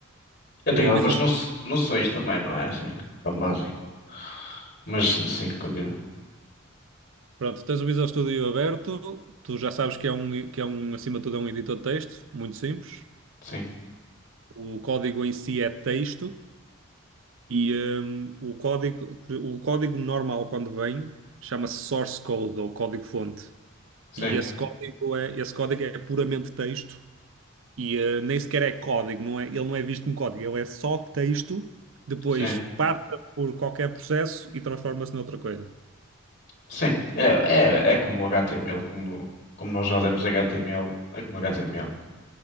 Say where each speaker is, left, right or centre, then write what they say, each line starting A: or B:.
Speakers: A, on the left; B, on the right.
A: Eu
B: o
A: tenho algumas
B: Visual
A: no- noções também, não é assim? Tão básico. Mas sim, continua.
B: Pronto, tens o Visual Studio aberto, tu já sabes que é um, que é um, acima de tudo, é um editor de texto, muito simples.
A: Sim,
B: O código em si é texto e hum, o código, o código normal quando vem chama-se source code ou código-fonte.
A: sim,
B: E esse código é, esse código é puramente texto e eh, nem sequer é código, não é, ele não é visto como código, ele é só texto, depois
A: sim.
B: passa por qualquer processo e transforma-se noutra coisa.
A: Sim, é, é, é como o HTML, como, como nós já lemos HTML, é como HTML.